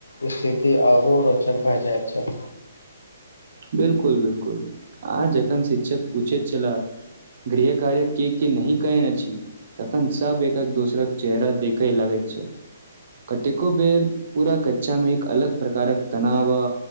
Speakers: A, on the left; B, on the right.
A: स्थिति आरो रोचक भए जाइत छल
B: बिल्कुल बिल्कुल आ जखन शिक्षक पूछैत छला गृह कार्य के के नहि केेने छी तखन सब एकक दोसरक चेहरा देखय लागैत छल कतेको बेर पूरा कक्षा मे एक अलग प्रकारक तनाव आ